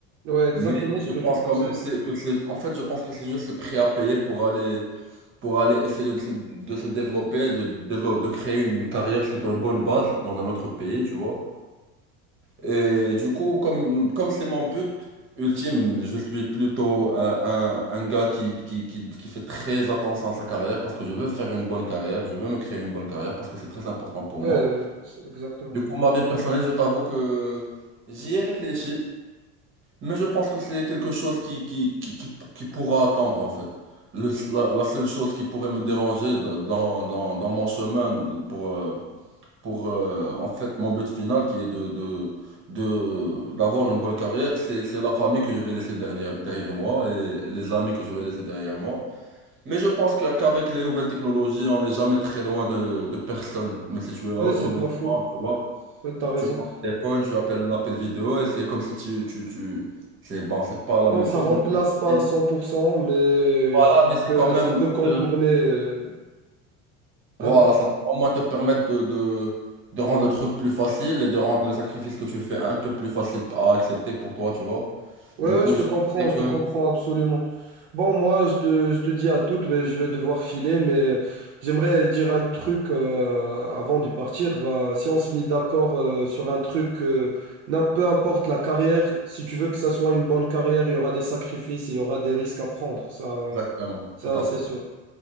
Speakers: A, on the right; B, on the right.
A: Ouais, exactement
B: Mais
A: ce
B: je
A: que
B: pense
A: je pensais.
B: quand même c'est, que c'est, en fait, je pense que c'est juste le prix à payer pour aller, pour aller essayer de se, de se développer, de, développer, de créer une carrière sur une bonne base dans un autre pays, tu vois. Et du coup, comme, comme c'est mon but ultime, je suis plutôt euh, un, un gars qui, qui, qui, qui fait très attention à sa carrière parce que je veux faire une bonne carrière, je veux me créer une bonne carrière parce que c'est très important pour
A: Ouais,
B: moi.
A: euh, c'est- exactement.
B: Du coup, ma vie personnelle, je t'avoue que j'y ai réfléchi, mais je pense que c'est quelque chose qui, qui, qui, qui, qui pourra attendre en fait. Le- la, la seule chose qui pourrait me déranger dans, dans, dans dans mon chemin pour, euh, pour euh, en fait mon but final qui est de, de, de- d'avoir une bonne carrière, c'est, c'est la famille que je vais laisser derrière, derrière moi et les amis que je vais laisser derrière moi. Mais je pense que- qu'avec les nouvelles technologies, on n'est jamais très loin de, de personne. Mais si tu es à
A: Ouais,
B: l'autre
A: c'est
B: bout
A: pas
B: du
A: faux.
B: monde, tu vois,
A: Ouais, t'as raison.
B: tu es ton téléphone, tu appelles un appel vidéo et c'est comme si tu, tu, tu... C'est bon, c'est pas la
A: Bon,
B: même
A: ça
B: chose,
A: remplace
B: mais
A: pas
B: c'est
A: à 100%, mais
B: voilà,
A: je dis
B: mais c'est
A: que
B: quand même.
A: ça peut contourner
B: euh,
A: euh, un
B: Voilà, ça peut au moins te permettre de, de, de rendre le truc plus facile et de rendre le sacrifice que tu fais un peu plus facile à accepter pour toi, tu vois.
A: Ouais,
B: Du
A: ouais,
B: coup,
A: je te
B: je
A: comprends,
B: sais que...
A: je te comprends absolument. Bon, moi, je te, je te dis à toutes, mais je vais devoir filer, mais j'aimerais dire un truc euh, avant de partir. Bah, si on se met d'accord euh, sur un truc, euh, n'im- peu importe la carrière, si tu veux que ça soit une bonne carrière, il y aura des sacrifices, il y aura des risques à prendre. Ça,
B: Exactement,
A: ça
B: tout à
A: c'est
B: fait,
A: sûr.